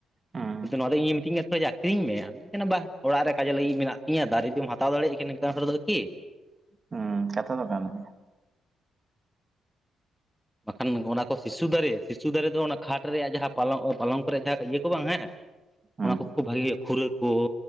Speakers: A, on the right; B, in the centre.
A: ᱦᱩᱸ
B: ᱡᱮᱦᱮᱛᱩ ᱱᱚᱣᱟ ᱫᱚ ᱤᱧᱮᱭ ᱢᱤᱛᱟᱹᱧ ᱠᱟᱱ ᱛᱟᱦᱮᱫ ᱟᱹᱠᱷᱨᱤᱧ ᱢᱮ ᱟᱫᱚᱧ ᱢᱮ ᱠᱟᱱᱟ ᱵᱟ ᱚᱲᱟᱜ ᱨᱮ ᱠᱟᱡᱮ ᱞᱟᱹᱜᱤᱫ ᱢᱮᱱᱟᱜ ᱛᱤᱧᱟ ᱫᱟᱨᱮ ᱡᱩᱫᱤᱢ ᱦᱟᱛᱟᱣ ᱫᱟᱲᱮᱭᱟᱜ ᱠᱟᱱ ᱠᱤᱱᱝᱠᱟᱱ ᱦᱚᱲ ᱫᱚ ᱠᱤ᱾
A: ᱦᱩᱸ ᱠᱟᱛᱷᱟ ᱛᱚ ᱠᱟᱱᱜᱮᱭᱟ᱾
B: ᱵᱟᱠᱷᱟᱱ ᱚᱱᱟ ᱠᱚ ᱥᱤᱥᱩ ᱫᱟᱨᱮ ᱥᱤᱥᱩ ᱫᱟᱨᱮ ᱫᱚ ᱚᱱᱟ ᱠᱷᱟᱴ ᱨᱮᱭᱟᱜ ᱡᱟᱦᱟᱸ ᱯᱟᱞᱚᱝ ᱯᱟᱞᱚᱝᱠᱚ ᱠᱚ ᱨᱮᱭᱟᱜ ᱡᱟᱦᱟᱸ ᱤᱭᱟᱹ ᱠᱚ ᱵᱟᱝ ᱦᱮᱸ,
A: ᱦᱩᱸ
B: ᱚᱱᱟ ᱠᱚ ᱠᱷᱩᱵ ᱵᱷᱟᱜᱮ ᱦᱩᱭᱩᱜᱟ ᱠᱷᱩᱨᱟᱹ ᱠᱚ,